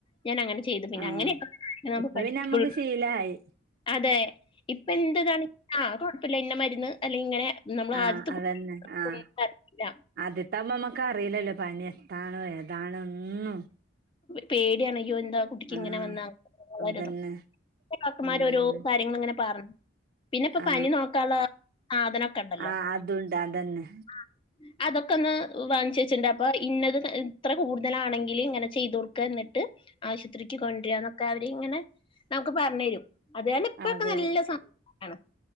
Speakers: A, on the left; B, on the right.
A: ഞാനങ്ങനെ ചെയ്ത് പിന്നെ
B: ആ
A: അങ്ങനെ <inaudible> നാമ്പ
B: ഇപ്പൊ
A: പഠിക്കൊൾ
B: പിന്നെ നമ്മക്ക് ശീലായി
A: അതേ ഇപ്പ എന്ത്താണ് ആഹ് അത് കൊഴപ്പില്ലാരുന്നു മരുന്ന് അല്ലെങ്കി ഇങ്ങനെ നമ്മൾ
B: ആഹ്
A: ആദ്യത്തെ
B: അതന്നെ
A: കുട്ടിക്കൊന്നും
B: ആഹ്
A: അറിയില്ല
B: ആദ്യത്താ മോ നമ്മക്കറിയില്ലല്ലോ പനി <unintelligible> ഒന്നും
A: പേടിയാണയ്യോ എന്താ കുട്ടിക്കിങ്ങനെ
B: ആ
A: വന്നാ
B: അതന്നെ
A: ഓരതും <unintelligible> ഡോക്ടർമാരോരോ
B: ഉം
A: കാര്യങ്ങളിങ്ങനെ പറഞ്ഞ് പിന്നെപ്പോ
B: ആ
A: പനി നോക്കാള്ള സാധനൊക്കെണ്ടല്ലോ
B: ആ അതുണ്ട് അതന്നെ
A: ആഹ് അതൊക്കെ ഒന്ന് വാങ്ങിച്ച് വെച്ചിണ്ട് അപ്പൊ ഇന്നത് ഇത്ര കൂടുതലാണെങ്കില് ഇങ്ങനെ ചെയ്ത് കൊടുക്ക എന്നിട്ട് ആശുത്രിക്ക് കൊണ്ടരാന്നൊക്കെ അവര് ഇങ്ങനെ നമുക്ക് പറഞ്ഞ് തരും അത് കാരണിപ്പഴൊക്ക
B: അതൊരു
A: നല്ല <unintelligible>